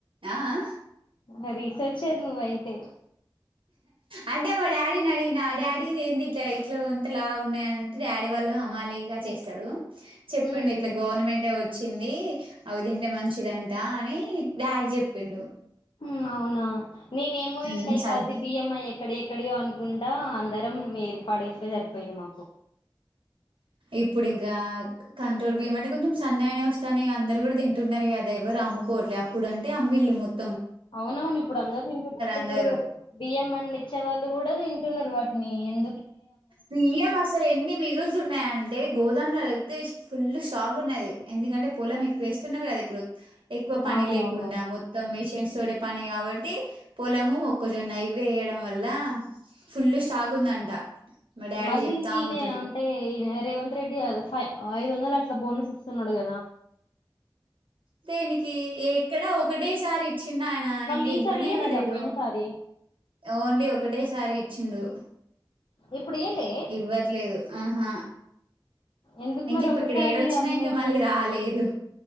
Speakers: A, on the right; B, on the left.
A: ఆ ఆ
B: ఇంగ రీసెర్చెర్ నువైతే
A: అంటే మా డాడీని అడిగిన డాడీ ఇది ఏంది ఇట్లా ఇట్లో ఇంత లావున్నాయి అంటే డాడీ వాళ్ళు అమాలీగా చేస్తాడు చెప్పిండు
B: ఉమ్
A: ఇట్లా గవర్నమెంట్ ఇచ్చింది అవి తింటే మంచిదంట అని డాడీ చేప్పిండు
B: మ్ అవునా నేనేమో
A: హ్మ్.
B: ఇంకాయి
A: సరే
B: కల్తీ బియ్యము అయ్ ఎక్కడి ఎక్కడియో అనుకుంటా అందరం ఏరి పడేసుడే సరిపోయింది మాకు
A: ఇప్పుడింకా కంట్రోల్ బియ్యం అంటే కొంచం సన్నగానే వస్తానై అందరు గూడా తింటున్నారు కదా ఎవరు అమ్ము కోట్లే అప్పుడంటే ఆమ్మిల్లు మొత్
B: అవునవును ఇప్పుడు అందరు తింటు అంటే
A: అందరూ
B: ఇప్పుడు బియ్యం పండ్ చ్చే వాళ్ళు గూడా తింటున్నార్ వాటిని ఎం
A: బియ్యం అసల్ ఎన్ని మిగులుతున్నాయం టే గోదాంలనైతే ఫుల్ స్టాక్ ఉన్నది ఎందుకంటే పోలం ఎక్కువేస్తున్నారు గదా ఇప్పుడు ఎక్కువ పని
B: అవునవును
A: లేకుండా మొత్తం మిష్ న్స్ తోటే పని గబట్టి పొలము మొక్కజొన్న ఇవ్వేయడం వల్ల ఫుల్లు స్టాక్ ఉందంట మా డాడీ
B: మళ్ళీ
A: చెప్తా
B: ఇంకినే
A: ఉంటాడు
B: అంటే ఇన రేవంత్ రెడ్డి గదా ఫై ఐదోన్ దల్ అట్లా బోనస్ ఇస్తున్నాడు గదా
A: దేనికి ఎక్కడ ఒకటేసారి ఇచ్చిండయన
B: మళ్ళీ
A: ఇంకా
B: ఈసారి
A: ఇవ్వనే
B: ఇయ్యలేదా
A: ఇవ్వలేదు
B: పోయిన సారి
A: ఓన్లీ ఒకటేసారి ఇచ్చిండు
B: ఇప్పుడు ఇయ్యలే
A: ఇవ్వట్లేదు ఆహా
B: ఎందుకు
A: ఇంక
B: మరి
A: ఇప్పు
B: ఒక్కసారి
A: ఇక్కడేడోచ్చినై
B: అమ్ము
A: ఇంకా మళ్ళీ రాలేదు